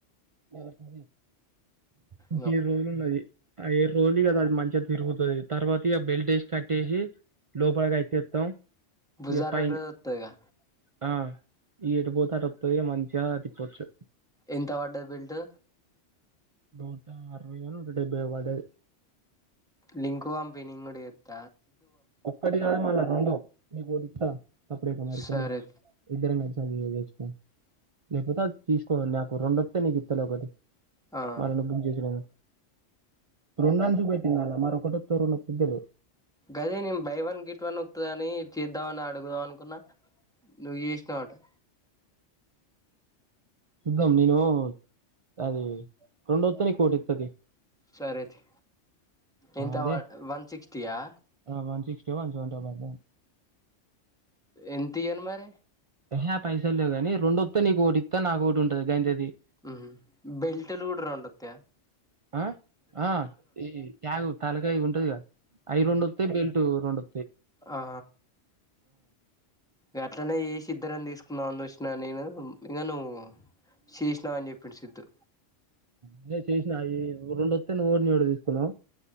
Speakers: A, on the right; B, in the centre.
A: ఏద కాది ఇం
B: బు
A: ఏడు రోజులున్నది ఆ ఏడు రోజులు కదా అది మంచిగా తిరుగుతుంది తర్వాత ఇ బెల్టేస్ట్ కట్టేసి లోపలికి అయితేస్తాం
B: బుధవారం
A: ఇ పనా
B: రోజు వత్తదిగా
A: ఈట బత రొక్త మంచి పోచ్చు
B: ఎంత పడ్డది బిల్ట్
A: నూట అరవైనా నట డైబ వాడు
B: లింకు హంపని గుడి ఎత్త
A: ఒక్కటి కా మాల రెండో నీ పోస్తా తప్పుడేక మారిపోను
B: సరే
A: ఇద్దరి నడిచ తెసుుకో లేకపోతే అది తీసుకోద నాకు రెండ వస్తే నీకు ఇత్తలే ఒకటి
B: ఆ
A: మన డబ్బులు చేస నేను రెంం చూపెట్టిందిాల మరొకటిొ త రెండు పెద్ద్దలే
B: గదే నేను బై వన్ గెట్ వన్ ఒత్తదని చేద్దామని అడుగుదాం అనుకున్నా నువ్వు చేసినవటా
A: చూద్దాం నేను అది రెండోస్తే నీకోటి ఇత్త తియ్
B: సరే తీ ఎంత
A: అదే
B: వన్ సిక్స్టీ ఆ
A: ఆ వన్ సిక్స్టీ ఓ వన్ సెవెంటీ ఓ పడ్డది
B: ఎంతియ్యను మరి
A: ఎహె పైసలు లేవు గాని రెండోత్తే నీకోకటిత్తా నాకొకటి ఉంటది గంతే తియ్
B: ఉమ్ బెల్ట్లు కూడా రెండోత్తయా
A: ఆ ఆ ఈ ట్యాగ్ తలకాయ ఉంటదిగా అయి రెండొత్తే బెల్టు రెండోత్తయి
B: ఆ ఆ ఇగ అట్లనే చేసి ఇద్దరం తీసుకుందామని చూసిన నేను ఇంగ నువ్వు చేసినావు అని చెప్పిండు సిద్ధు
A: ఇగ చేసిన ఆది రెండోత్తే నువ్వోటి నానోటి తీసుకుందం